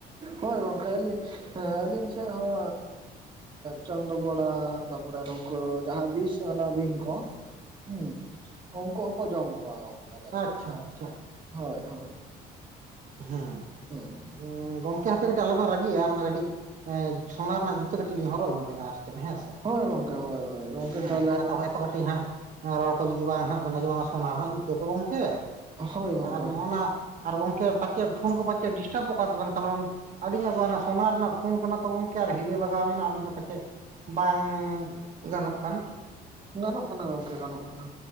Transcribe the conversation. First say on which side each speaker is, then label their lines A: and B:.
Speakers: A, on the right (about 30°); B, on the right (about 50°).
A: ᱦᱳᱭ ᱜᱚᱝᱠᱮ ᱟ. ᱞᱤᱧ ᱦᱮᱸ ᱟᱹᱞᱤᱧ ᱥᱮᱫ ᱦᱚᱸ ᱪᱚᱱᱫᱚ ᱵᱚᱲᱟ ᱛᱟᱯᱚᱨᱮ ᱱᱚ ᱫᱚ ᱡᱟᱦᱟᱸ ᱵᱤᱥ ᱟᱞᱟ ᱵᱤᱧ ᱠᱚ ᱦᱩᱸ ᱩᱱᱠᱩ ᱦᱚᱸᱠᱚ ᱡᱚᱢ ᱠᱚᱣᱟ ᱜᱚᱝᱠᱮ ᱟᱞᱮ ᱥᱮᱫ
B: ᱟᱪᱪᱷᱟ ᱟᱪᱪᱷᱟ
A: ᱦᱳᱭ ᱦᱳᱭ᱾
B: ᱦᱩᱸ᱾
A: ᱦᱩᱸ᱾
B: ᱜᱚᱝᱠᱮ ᱦᱟᱯᱮ ᱠᱟᱹᱴᱤᱡ ᱟᱞᱚ ᱵᱮᱱ ᱨᱟᱹᱜᱤᱜᱼᱟ ᱱᱚᱣᱟ ᱠᱟᱹᱴᱤᱡ ᱮᱸ ᱥᱳᱱᱟ ᱨᱮᱱᱟᱜ ᱡᱩᱛᱟᱹ ᱠᱟᱹᱴᱤᱡ ᱞᱤᱧ ᱦᱚᱨᱚᱜ ᱧᱚᱜ ᱮᱫᱟ ᱟᱨᱠᱤ ᱾ ᱦᱮᱸ ᱥᱮ
A: ᱦᱳᱭ ᱜᱚᱝᱠᱮ ᱦᱳᱭ ᱦᱳᱭ ᱜᱚᱝᱠᱮ
B: ᱦᱮᱸ
A: ᱛᱟᱦᱚᱞᱮ
B: ᱚᱱᱟᱛᱮ ᱠᱟᱹᱴᱤᱡ ᱦᱟᱸᱜ ᱨᱚᱲ ᱠᱚ ᱡᱩᱫᱤ ᱵᱟᱝ ᱦᱟᱸᱜ ᱵᱮᱱ ᱟᱸᱡᱚᱢᱟ ᱚᱱᱟ ᱥᱚᱱᱟ ᱨᱮᱱᱟᱜ ᱛᱮᱫᱚ ᱜᱚᱝᱠᱮ
A: ᱦᱳᱭ ᱜᱚᱝᱠᱮ
B: ᱟᱨ ᱱᱚᱜᱼᱱᱟ ᱟᱨ ᱜᱚᱝ ᱯᱟᱪᱮᱫ ᱯᱷᱚᱱ ᱠᱚ ᱯᱟᱪᱮᱫ ᱰᱤᱥᱴᱟᱵᱚᱜ ᱠᱟᱱ ᱛᱟᱵᱮᱱ ᱠᱟᱨᱚᱱ ᱟᱹᱞᱤᱧᱟᱜ ᱫᱚ ᱥᱳᱱᱟ ᱨᱮᱱᱟᱜ ᱯᱷᱳᱱ ᱠᱟᱱᱟ ᱛᱚ ᱜᱚᱢᱠᱮ ᱟᱨ ᱦᱤᱨᱟᱹ ᱞᱟᱜᱟᱣ ᱢᱮᱱᱟᱜ ᱟᱹᱞᱤᱧ ᱦᱚᱸ ᱯᱟᱪᱮᱫ ᱾ ᱵᱟᱝ ᱜᱟᱱᱚᱜ ᱠᱟᱱ
A: ᱜᱟᱱᱚᱜ ᱠᱟᱱᱟ ᱜᱚᱝᱠᱮ ᱜᱟᱱᱚᱜ ᱠᱟᱱᱟ᱾